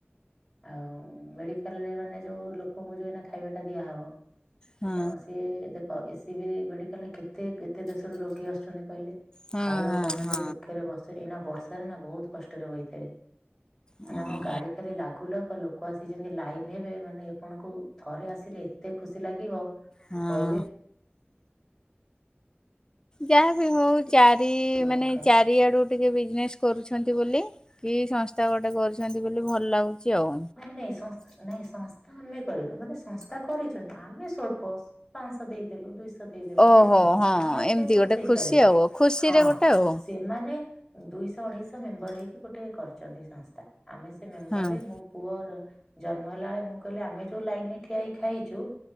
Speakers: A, in the centre; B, on the left.
A: ଆଉ ମେଡିକାଲରେ ମାନେ ଯୋଉ ଲୋକଙ୍କୁ ଯୋଉ ଏଇନା ଖାଇବା ଟା ଦିଆହେବ
B: ହଁ।
A: କଣ ସିଏ ଦେଖ ଏ ସି ବି ମେଡିକାଲରେ କେତେ କେତେ ଦେଶ ର ରୋଗୀ ଆସୁଛନ୍ତି କହିଲେ?
B: ହଁ
A: ଖାଇବାକୁ ପାଉନାହାନ୍ତି
B: ହଁ
A: ଯୋଉ ଦୁଃଖରେ ବସିଥିବେ ଏଇନା ବର୍ଷାରେ ନା ବହୁତ କଷ୍ଟରେ ରହିଥେବେ।
B: ହଁ
A: ମାନେ ଆମ ଗାଡି ଖାଲି ଲାଗୁ ଲାଗୁ ଲୋ ଲୋକ ଆସି ଯେମତି ଲାଇନ ହେବେ ମାନେ ଆପଣଙ୍କୁ ଥରେ ଆସିଲେ ଏତେ ଖୁସି ଲାଗିବ
B: ହଁ।
A: କହିବେ
B: ଯାହା ବି ହଉ ଚାରି
A: ଲୋକଙ୍କୁ
B: ମାନେ
A: ଖାଇ
B: ଚାରିଆଡୁ ଟିକେ ବିଜନେସ କରୁଛନ୍ତି ବୋଲି, କି ସଂସ୍ଥା ଗୋଟେ କରୁଚନ୍ତି ବୋଲି ଭଲ ଲାଗୁଚି ଆଉ।
A: ନାଇଁ ନାଇଁ ସ ନାଇଁ ସଂସ୍ଥା ଆମେ କରିନୁ ମାନେ ସଂସ୍ଥା କରିଚନ୍ତି, ଆମେ ସ୍ୱଳ୍ପ ପାଶହ ଦେଇ ଦେଲୁ ଦୁଇଶହ ଦେଇଦେଲୁ
B: ଓହୋ
A: ଏମିତି
B: ହଁ
A: ଆମେ ଏତେ
B: ଏମିତି
A: କଣ
B: ଗୋଟେ
A: ଦେଇପାରିବୁ
B: ଖୁସି ଆଉ ଖୁସିରେ
A: ହଁ
B: ଗୋଟେ ଆଉ
A: ସେ ମାନେ ଦୁଇଶହ ଅଢେଇଶହ ମେମ୍ବର ହେଇକି ଗୋଟେ କରିଚନ୍ତି ସଂସ୍ଥା, ଆମେ ସେ ମେମ୍ବର
B: ହଁ।
A: ରେ ମୋ ପୁଅର ଜନ୍ମ ହେଲା ବେଳେ ମୁଁ କହିଲି ଆମେ ଯୋଉ ଲାଇନ ଠିଆ ହେଇ ଖାଇଚୁ